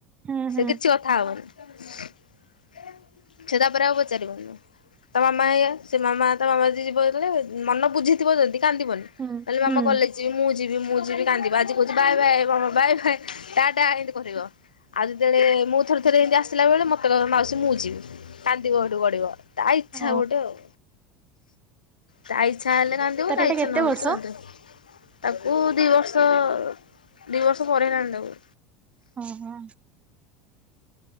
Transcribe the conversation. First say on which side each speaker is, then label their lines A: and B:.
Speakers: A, on the right; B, on the left.
A: ହୁଁ, ହୁଁ।
B: କିଛି କଥା ହବନି ସେ ତାପରେ ଆଉ ପଚାରିବନି। ତା ମାମା ହେଇଆ ସେ ମାମା ତା ମାମା ଯଦି ଯିବ ଯେତେଳେ ମନ ବୁଝି ଥିବ ଜଦି କାନ୍ଦିବନି
A: ହୁଁ
B: ତାହେଲେ ମାମା
A: ହୁଁ
B: କଲେଜ୍ ଯିବି ମୁଁ ଯିବି ମୁଁ ଯିବି କାନ୍ଦିବ ଆଜି କହୁଚି ବାଏ ବାଏ ମାମା ବାଏ ବାଏ ଟାଟା ଏମତି କହୁଥିବ। ଆଉ ଯେତେବେଳେ ମୁଁ ଥରେ ଥରେ ଏମିତି ଆସିଲା ବେଳେ ମତେ କହିବ ମାଉସୀ ମୁଁ ଯିବି କାନ୍ଦିବ ହେଠୁ ଗଡିବ। ତା ଇଚ୍ଛା
A: ଓ
B: ଗୋଟେ ଆଉ ତା ଇଚ୍ଛା ହେଲେ କା କାନ୍ଦିବ
A: ତାର
B: ତା
A: ଏଇଟା
B: ଇଛା
A: କେତେ
B: ନହେଲେ
A: ବର୍ଷ?
B: ସେ କାନ୍ଦୁନି। ତାକୁ ଦି ବର୍ଷ ଦି ବର୍ଷ ପରେ ହେଲାଣି ତାକୁ।
A: ଓ ହୋ